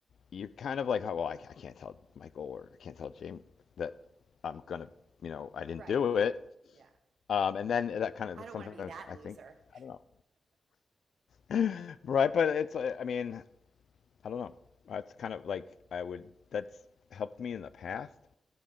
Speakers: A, on the left; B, on the right.
A: you're kind of like, oh, well, I, I can't tell Michael or I can't tell James that I'm gonna, you know, I didn't
B: Right.
A: do
B: Yeah.
A: it.
B: Yeah.
A: Um, and then that kind of
B: I don't
A: sometimes
B: want to be that
A: I
B: loser.
A: think I don't know, <laughs> right? But it's, uh, I mean, I don't know. That's kind of like I would. That's helped me in the past.